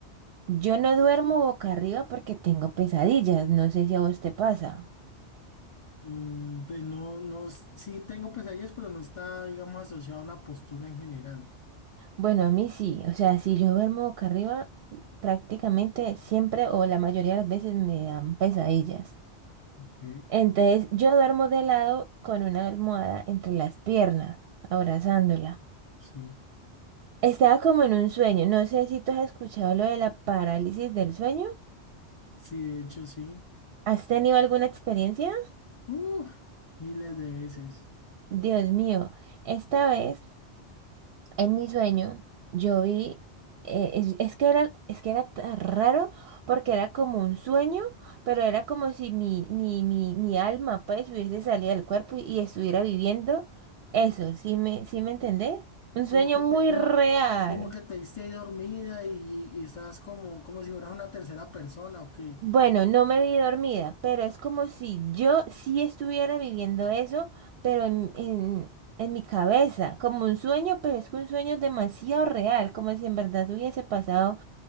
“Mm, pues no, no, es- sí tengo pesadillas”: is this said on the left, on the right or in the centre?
Left